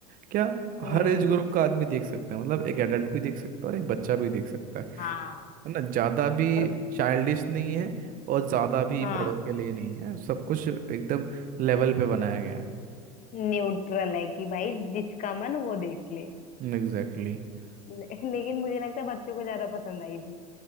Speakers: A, on the right; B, on the left.
A: क्या
B: हम्म
A: हर एज ग्रुप का आदमी देख सकता है मतलब एक एडल्ट भी देख सकता है और एक बच्चा भी देख सकता है
B: हाँ
A: है ना ज्यादा भी
B: और
A: चाइल्डिश नहीं है और ज्यादा भी
B: हाँ
A: बड़ों के लिए नहीं है सब कुछ एकदम लेवल पे बनाया गया
B: न्यूट्रल है कि भाई जिसका मन वो देख ले,
A: है Exactly exactly.
B: ले लेकिन मुझे लगता है बच्चों को ज्यादा पसंद आई थी